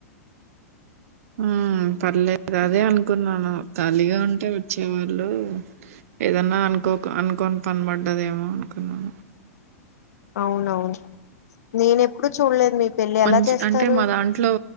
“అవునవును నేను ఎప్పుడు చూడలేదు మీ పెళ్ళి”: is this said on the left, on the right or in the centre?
Left